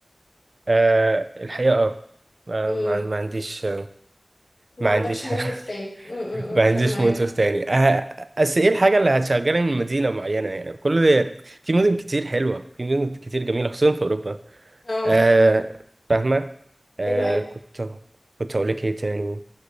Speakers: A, on the right (about 65°); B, on the left (about 85°).
A: آه، الحقيقه اه آه،
B: امم
A: ما ما عنديش
B: ما
A: ما
B: عندكش
A: عنديش حاجة.
B: موقف تاني امم
A: <laughs> ما عنديش
B: فاهمة ايه
A: موتوف تاني آه، بس ايه الحاجه اللي هتشغلني من مدينه معينه يعني كل في مدن كتير حلوه في مدن كتير جميله خصوصا في اوروبا
B: اه
A: آه فاهمة آه
B: ايوه ايوه
A: كنت كنت هقول لك ايه تاني